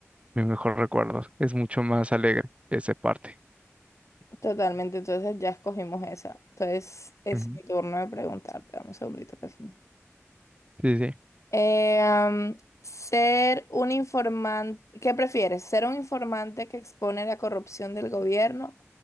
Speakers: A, on the right; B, on the left.
A: mi mejor recuerdo. Es mucho más alegre esa parte.
B: Totalmente, entonces ya escogimos esa. Entonces es
A: Ujú.
B: mi turno de preguntarte. Dame un segundito que se me-
A: Sí, sí.
B: Eh, am, ser un informante, ¿qué prefieres? ¿Ser un informante que expone la corrupción del gobierno